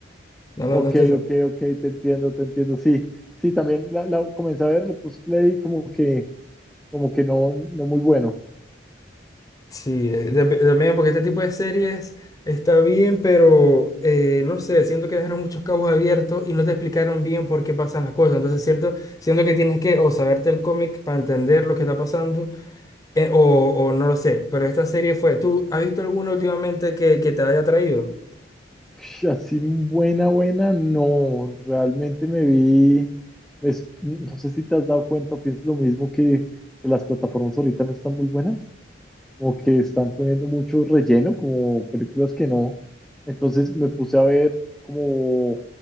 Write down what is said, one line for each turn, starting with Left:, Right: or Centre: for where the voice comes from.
Left: no, lo-
Centre: Ok,
Left: no estoy seguro.
Centre: ok, ok, te entiendo, te entiendo. Sí, sí, también la, la comencé a ver, le puse play como que, como que no, no muy bueno.
Left: Sí, eh, tam- también porque este tipo de series está bien, pero eh, no sé, siento que dejaron muchos cabos abiertos y no te explicaron bien por qué pasan las cosas. Entonces, cierto, siento que tienes que o saberte el cómic para entender lo que está pasando eh, o, o no lo sé. Pero esta serie fue, ¿tú has visto alguna últimamente que, que te haya traído?
Centre: Ush, Así buena, buena, no, realmente me vi, es- no sé si te has dado cuenta, pienso lo mismo que, que las plataformas ahorita no están muy buenas, como que están poniendo mucho relleno, como películas que no, entonces me puse a ver como